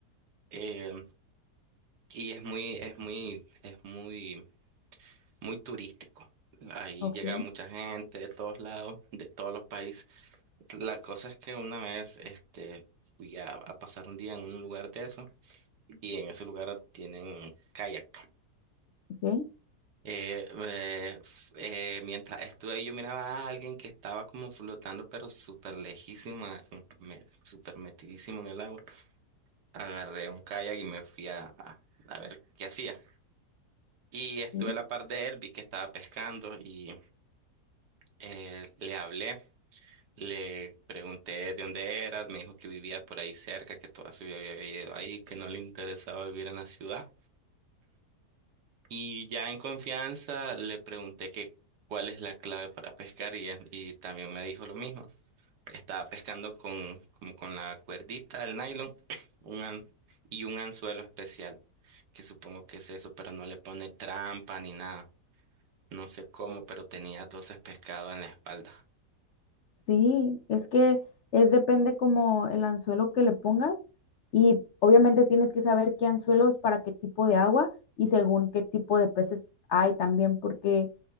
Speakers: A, on the right (about 80°); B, on the left (about 60°).
A: eh, y es muy, es muy, es muy, muy turístico. Ahí
B: Ok,
A: llega mucha gente de todos lados, de todos los países. La cosa es que una vez, este, fui a, a pasar un día en un lugar de eso y en ese lugar tienen kayak.
B: ok.
A: Eh, eh, f- eh, mientras estuve ahí, yo miraba a alguien que estaba como flotando, pero súper lejísimo, eh, me- súper metidísimo en el agua. Agarré un kayak y me fui a, a- a ver qué hacía. Y estuve
B: sí.
A: a la par de él, vi que estaba pescando y eh, le hablé, le pregunté de dónde era, me dijo que vivía por ahí cerca, que toda su vida había vivido ahí, que no le interesaba vivir en la ciudad. Y ya en confianza le pregunté que cuál es la clave para pescar y, e- y también me dijo lo mismo. Estaba pescando con, como con la cuerdita del nylon <clears throat> un an- y un anzuelo especial, que supongo que es eso, pero no le pone trampa ni nada. No sé cómo, pero tenía 12 pescados en la espalda.
B: Sí, es que es depende como el anzuelo que le pongas y obviamente tienes que saber qué anzuelo es para qué tipo de agua y según qué tipo de peces hay también porque